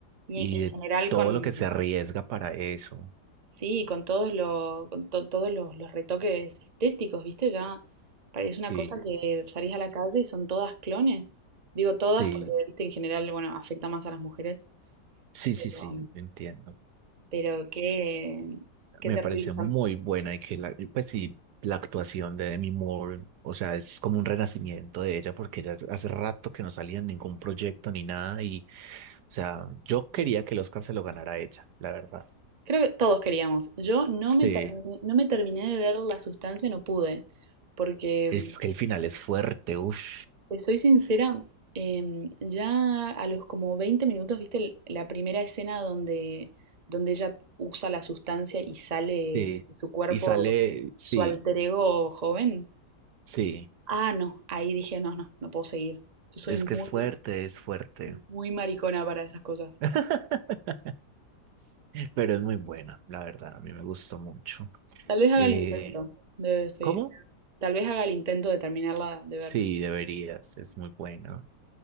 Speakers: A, on the right (about 30°); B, on the right (about 75°).
A: Y
B: y
A: en,
B: de
A: en general
B: todo
A: con,
B: lo que se arriesga para eso.
A: sí, con todos los, con to- todos los, los retoques estéticos, ¿viste? Ya parece una
B: Sí,
A: cosa que salís a la calle y son todas clones. Digo todas
B: sí,
A: porque, viste, en general, bueno, afecta más a las mujeres.
B: sí,
A: Pero,
B: sí, sí, entiendo.
A: pero qué, qué
B: Me
A: terrible.
B: pareció muy buena y que la, y pues sí, la actuación de Demi Moore, o sea, es como un renacimiento de ella porque ella hace rato que no salía en ningún proyecto ni nada y, o sea, yo quería que el Oscar se lo ganara ella, la verdad.
A: Creo que todos queríamos. Yo no
B: Sí,
A: me, termi- no me terminé de ver la sustancia, no pude, porque
B: Es que el final es fuerte, uff.
A: te soy sincera, em, ya a los como 20 minutos, viste el- la primera escena donde, donde ella usa la sustancia y sale
B: Sí.
A: de su cuerpo
B: Y sale, sí,
A: su alter ego joven.
B: sí.
A: Ah, no, ahí dije, no, no, no puedo seguir. Yo soy
B: Es que
A: muy,
B: es fuerte, es fuerte.
A: muy maricona para esas cosas.
B: <laughs> Pero es muy buena, la verdad. A mí me gustó mucho.
A: Tal vez haga
B: Eh,
A: el intento de seguir.
B: ¿cómo?
A: Tal vez haga el intento de terminarla de ver.
B: Sí, deberías. Es muy buena.